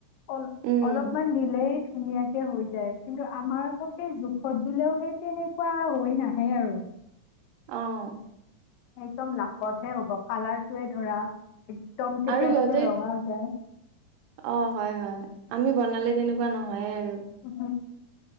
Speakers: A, on the left; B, on the right.
A: অল
B: উম
A: অলপমান দিলেই ধুনীয়াকে হৈ যায় কিন্তু আমাৰ আকৌ সেই জোখত দিলেও সেইটো তেনেকুৱা হৈ নাহে আৰু
B: অহ।
A: অ। একদম লাকতহে হ'ব কালাৰ টোৱে ধৰা একদম কেতিয়াবা
B: আৰু সিহঁতে
A: যে ৰঙা হৈ যায়।
B: অ হয় হয় আমি বনালে তেনেকুৱা নহয় আৰু
A: উম হু